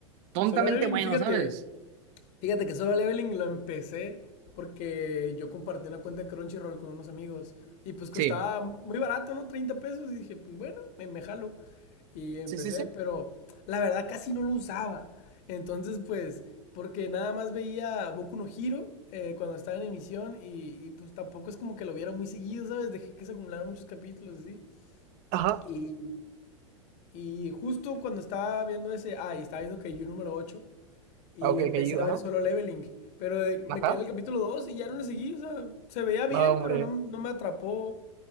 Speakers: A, on the right; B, on the left.
A: tontamente
B: Solo Levin,
A: bueno,
B: y fíjate,
A: ¿sabes?
B: Fíjate que solo leveling lo empecé porque yo compartí una cuenta de Crunchyroll con unos amigos y pues costaba
A: Sí,
B: muy barato, ¿no? 30 pesos y dije, pues bueno, me, me jalo. Y empecé,
A: sí, sí, sí.
B: pero la verdad casi no lo usaba. Entonces pues, porque nada más veía Boku no Hero eh, cuando estaba en emisión y, y, pues tampoco es como que lo viera muy seguido, ¿sabes? Dejé que se acumularan muchos capítulos, así.
A: Ajá.
B: Y, y justo cuando estaba viendo ese, ah, y estaba viendo que yo número 8. Y
A: Ah, Ok,
B: empecé
A: que yo,
B: a
A: ajá.
B: ver solo Leveling. Pero de- me
A: Ajá.
B: quedé en el capítulo 2 y ya no le seguí. O sea, se veía bien,
A: No, hombre.
B: pero no, no me atrapó.